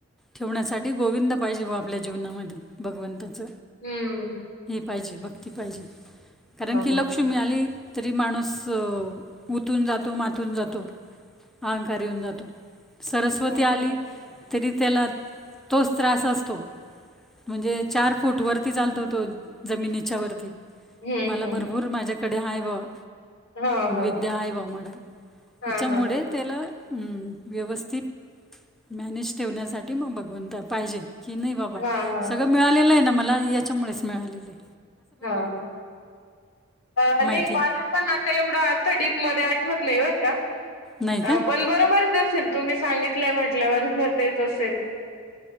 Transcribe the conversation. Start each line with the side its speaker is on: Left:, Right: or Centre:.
Centre: ठेवण्यासाठी गोविंद पाहिजे बुआ आपल्या जीवनामध्ये भगवंताच
Left: हूं
Centre: पाहिजे भक्ती पाहिजे कारण की
Left: हो.
Centre: लक्ष्मी आली. तरी माणूस उतून जातो मातून जातो अहंकार येऊन जातो. सरस्वती
Left: हो.
Centre: आली तरी त्याला तोच त्रास असतो. म्हणजे चार फूट वरती चालतो तो जमिनीच्या वरती
Left: हं,
Centre: मला
Left: हं.
Centre: भरपूर माझ्याकडे हा बाबा
Left: हो, हो.
Centre: विद्या हाय बाबा मडा
Left: हां,
Centre: याच्यामुळे
Left: हां.
Centre: त्याला अम् व्यवस्थित मॅनेज ठेवण्यासाठी मग भगवंता पाहिजे. की नाही बाबा
Left: हां, हां.
Centre: सगळं मिळालेलंय ना मला याच्यामुळेच मिळालेलेय.
Left: हा नाही
Centre: माहिती
Left: मला पण आता एवढा अर्थ डीप मध्ये आ ठवत नाही बरं का
Centre: नाही का
Left: पण बरोबरच असेल तुम्ही सांगितलंय म्हटल्यावर तेच असेल.